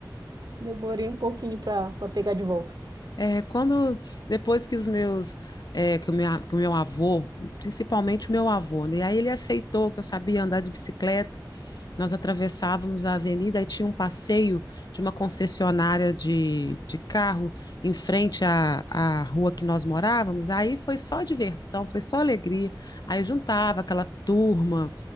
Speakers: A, on the right; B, on the left.
A: demorei um pouquinho para pegar de volta.
B: É, quando depois que os meus é, que o meu, que o meu avô, principalmente o meu avô, né? E aí ele aceitou que eu sabia andar de bicicleta. Nós atravessávamos a avenida e tinha um passeio de uma concessionária de, de carro em frente à, à rua que nós morávamos. Aí foi só diversão, foi só alegria. Aí juntava aquela turma